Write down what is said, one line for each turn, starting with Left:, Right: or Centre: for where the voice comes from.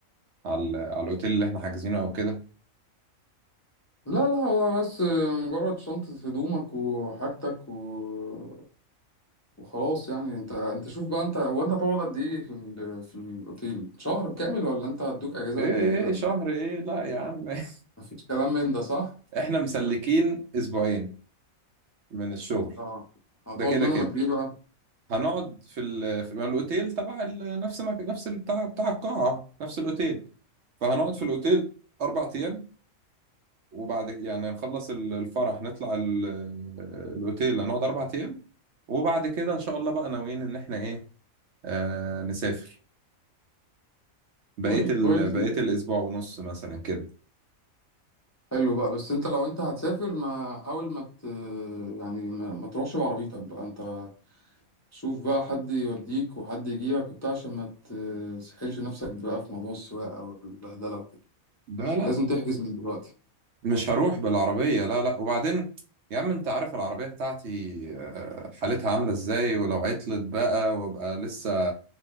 Right: على ال... على الاوتيل اللي احنا حاجزينه او كده
Left: لا لا هو بس مجرد شنطة هدومك وحاجتك و... وخلاص يعني انت انت شوف بقى انت هو انت هتقعد قد ايه في ال... في الاوتيل شهر كامل ولا انت هتدوك اجازة
Right: ايه
Left: قد ايه ولا
Right: ايه شهر ايه لا يا عم <laughs>
Left: مفيش كلام من ده صح؟
Right: احنا مسلكين اسبوعين من الشغل
Left: اه هتقعد
Right: ده كده
Left: منهم
Right: كده
Left: قد ايه بقى؟
Right: هنقعد في ال... في ما الاوتيل تبع ال... نفس ما... نفس بتاع بتاع القاعة نفس الاوتيل فهنقعد في الأوتيل أربع أيام وبعد يعني نخلص ال- الفرح نطلع ال- الأوتيل هنقعد أربع أيام وبعد كده إن شاء الله بقى ناويين إن إحنا إيه آه نسافر بقية
Left: طيب
Right: ال...
Left: كويس
Right: بقية
Left: جدا
Right: الأسبوع ونص مثلا كده
Left: حلو بقى بس انت لو انت هتسافر ما حاول ما ت... يعني ما... ما تروحش بعربيتك بقى انت شوف بقى حد يوديك وحد يجيبك وبتاع عشان ما تسحلش نفسك بقى في موضوع السواقة والبهدلة وكده
Right: ده لا
Left: لازم تحجز من دلوقتي
Right: مش هروح بالعربية لا لا وبعدين يا عم انت عارف العربية بتاعتي آه، حالتها عاملة ازاي ولو عطلت بقى وابقى لسه